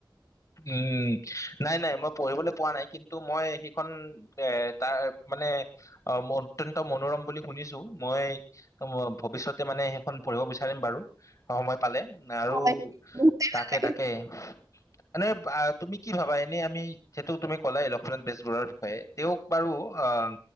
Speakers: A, on the left; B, on the right.
A: উমঁ' নাই নাই মই পঢ়িবলৈ পোৱা নাই, কিন্তু মই সেইখন এ তাৰমানে অ' অত্যন্ত মনোৰম বুলি শুনিছোঁ, মই ত ময় ভৱিষ্যতে মানে সেইখন পঢ়িব বিচাৰিম বাৰু। সময় পালে আৰু
B: হয় বহুত
A: তাকে
B: লাগে
A: তাকে। এনে তুমি কি ভাবা, এনেই আমি যিহেতু তুমি ক'লাই লক্ষ্মনাথ বেজবৰুৱাৰ বিষয়ে? তেওঁক বাৰু আহ